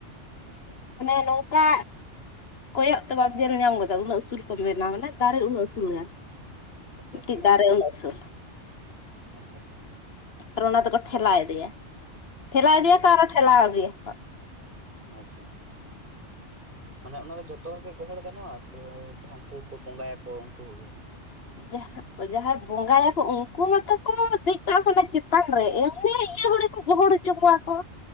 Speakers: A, on the right; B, on the left.
A: ᱟᱪᱪᱷᱟ
B: ᱢᱟᱱᱮ ᱱᱚᱝᱠᱟ ᱠᱚᱭᱚᱜ ᱛᱮ ᱵᱟᱢ ᱧᱮᱞ ᱧᱟᱢ ᱜᱚᱫᱟ ᱩᱱᱟᱹᱜ ᱟᱹᱥᱩᱞ ᱠᱚ ᱢᱮᱱᱟ ᱢᱟᱱᱮ ᱫᱟᱨᱮ ᱩᱱᱟᱹᱜ ᱩᱥᱩᱞ ᱜᱟᱱ
A: ᱟᱪᱪᱷᱟ
B: ᱢᱤᱫᱴᱤᱡ
A: ᱟᱪᱪᱷᱟ
B: ᱫᱟᱨᱮ ᱩᱱᱟᱹᱜ ᱩᱥᱩᱞ
A: ᱟᱪᱪᱷᱟ
B: ᱟᱨ ᱚᱱᱟ ᱫᱚᱠᱚ ᱴᱷᱮᱞᱟᱣ ᱤᱫᱤᱭᱟ ᱴᱷᱮᱞᱟᱣ
A: ᱟᱪᱪᱷᱟ
B: ᱤᱫᱤᱭᱟᱠᱚ ᱟᱨ ᱠᱚ ᱴᱷᱮᱞᱟᱣ ᱟᱹᱜᱩᱭᱟᱠᱚ
A: ᱟᱪᱪᱷᱟ ᱢᱟᱱᱮ ᱚᱱᱟ ᱫᱚ ᱡᱚᱛᱚ ᱦᱚᱲ ᱜᱮ ᱜᱚᱦᱚᱲ ᱜᱟᱱᱚᱜᱼᱟ ᱥᱮ ᱡᱟᱦᱟᱸ ᱩᱱᱠᱩ ᱠᱚ ᱵᱚᱸᱜᱟᱭᱟᱠᱚ ᱩᱱᱠᱩ ᱠᱚᱜᱮ
B: ᱡᱟᱦᱟᱸ ᱡᱟᱦᱟᱸᱭ ᱵᱚᱸᱜᱟᱭᱟᱠᱚ ᱩᱱᱠᱩ ᱢᱟᱛᱚ ᱠᱚ ᱫᱮᱡ ᱠᱚᱜᱼᱟ ᱠᱚ ᱪᱮᱛᱟᱱ ᱨᱮ ᱮᱢᱱᱤ ᱤᱭᱟᱹ ᱦᱚᱲ ᱠᱚ ᱜᱚᱦᱚᱲ ᱪᱚ ᱠᱚᱣᱟ ᱠᱚ